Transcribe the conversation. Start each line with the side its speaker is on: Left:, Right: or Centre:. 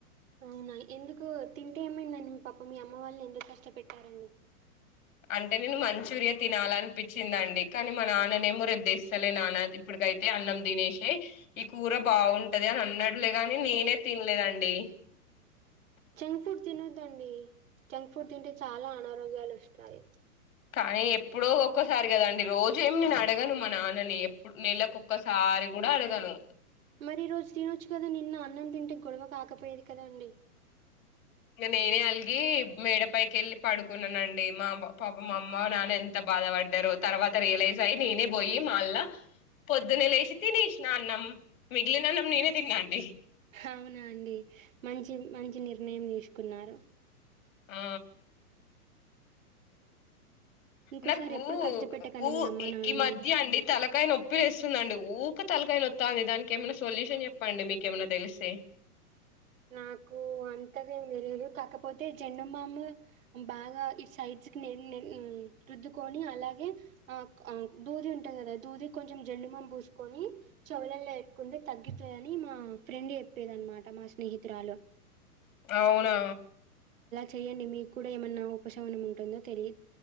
Right: అవునా ఎందుకు తింటే ఏమైందండి మీ పాప మీ అమ్మ వాళ్ళని ఎందు కష్ట పెట్టారండి
Left: అంటే నేను మంచూరియా తినాల అనిపిచిందండి కానీ మా నాన్ననేమో రెద్దస్తలే నాన్న ఇప్పటికైతే అన్నం దినేశెయ్ ఈ కూర బాగుంటది అని అన్నాట్లే గాని నేనే తినలేదండి
Right: జంక్ ఫుడ్ తినొద్దండి జంక్ ఫుడ్ తింటే చాలా అనారోగ్యాలు ఒస్తాయి
Left: కానీ ఎప్పుడో ఒక్కోసారి కదండి రోజు ఏమి నే అ అడగను మ నానని ఎ ఇప్పుడు నెలలకొక్కసారి గుడ అడగను
Right: మరి ఈ రోజు తినొచ్చు కదండి నిన్న అన్నం తింటే గొడవ కాకపోయేది కదండి
Left: ఇంక నేనే అల్గి మేడపైకి ఎళ్ళి పడుకున్ననండి మా పాప మా అమ్మ నాన్న ఎంత బాధ పడ్డారో తర్వాత రియలైజ్ అయ్యి నేనే పోయి మళ్ళ పొద్దున్న లేచి తినేశ్ న అన్నం మిగిలిన అన్నం నేనే తిన్నా అండి
Right: హవునా అండి మంచి మంచి నిర్ణయం తీసుకున్నారు
Left: ఆ
Right: ఇంకోసారి
Left: నాకు
Right: ఎప్పుడు కష్టపెట్టకండి
Left: ఊ
Right: మీ అమ్మ నాన్నల్ని.
Left: ఈ మధ్య అండి తలకాయ నొప్పి లేస్తుందండి ఊకె తలకాయి నొత్తాంది దానికి ఏమైనా సొల్యూషన్ యెప్పండి మీకేమన్నా తెలిసే
Right: నాకు అంతగా ఏం తెలియదు కాకపోతే జండుం బామ్ బాగా ఈ సైడ్స్కి రుద్దుకొని అలాగే ఆ దూది ఉంటంది కదా దూది కొంచెం జండు మామ్ పూసుకొని చెవులల్లో పెట్టుకుంటే తగ్గుతుందిని మా ఫ్రెండ్ చెప్పేది అనమాట మా స్నేహితురాలు
Left: అవునా
Right: చెయ్యండి మీక్ కూడా ఏమన్నా ఉపశమనం ఉంటుందో తెలి